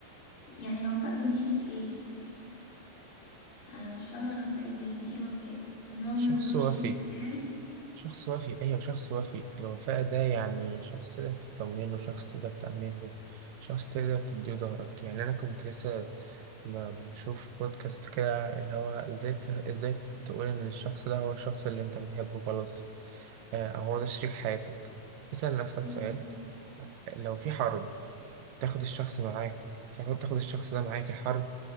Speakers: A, on the left (about 75°); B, on the right (about 75°).
A: يعني الوفاء من ناحية ايه آه، مش فاهمة الوفاء دي يعني ايه الوفاء ان هو
B: شخص
A: ما يغدرش
B: وفي
A: بيك يعني
B: شخص وفي أيوة شخص وفي الوفاء ده يعني شخص تقدر تطمن له شخص تقدر تعمل له شخص تقدر تديه ظهرك يعني أنا كنت لسه ب- بشوف بودكاست كده اللي هو إزاي ت- إزاي ت- تقول إن الشخص ده هو الشخص اللي أنت بتحبه خلاص آه، أو هو ده شريك حياتك اسأل نفسك
A: مم،
B: سؤال لو في حرب تاخد الشخص معاك تاخد تاخد الشخص ده معاك الحرب